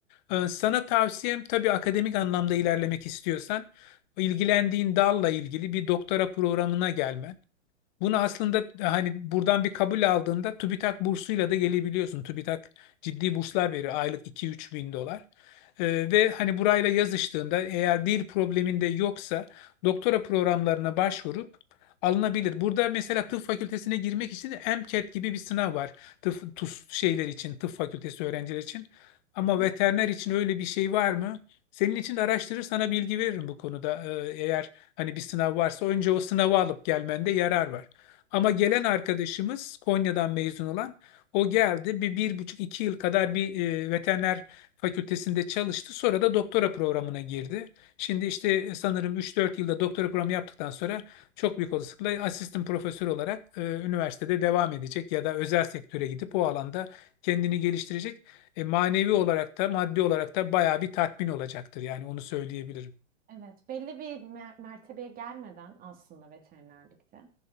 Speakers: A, on the left (about 40°); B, on the right (about 25°).
A: Ee, Sana tavsiyem tabii akademik anlamda ilerlemek istiyorsan ilgilendiğin dalla ilgili bir doktora programına gelmen. Bunu aslında e, hani buradan bir kabul aldığında TÜBİTAK bursuyla da gelebiliyorsun. TÜBİTAK ciddi burslar veriyor aylık iki üç bin dolar. Ee, ve hani burayla yazıştığında eğer dil probleminde yoksa doktora programlarına başvurup alınabilir. Burada mesela tıp fakültesine girmek için MCAT gibi bir sınav var. Tıp, TUS şeyler için, tıp fakültesi öğrenciler için. Ama
B: Hı hı.
A: veteriner için öyle bir şey var mı? Senin için de araştırır sana bilgi veririm bu konuda. Ee, eğer hani bir sınav varsa önce o sınavı alıp gelmende yarar var. Ama gelen
B: Ya,
A: arkadaşımız Konya'dan mezun olan o geldi bir, bir buçuk iki yıl kadar bir e, veteriner fakültesinde çalıştı. Sonra da doktora programına girdi. Şimdi işte e, sanırım üç dört yılda doktora programı yaptıktan sonra çok büyük olasılıkla asistan profesör olarak e, üniversitede devam edecek ya da özel sektöre gidip o alanda kendini geliştirecek. E, manevi olarak da maddi olarak da bayağı bir tatmin olacaktır yani onu söyleyebilirim.
B: evet, belli bir mer- mertebeye gelmeden aslında veterinerlikte.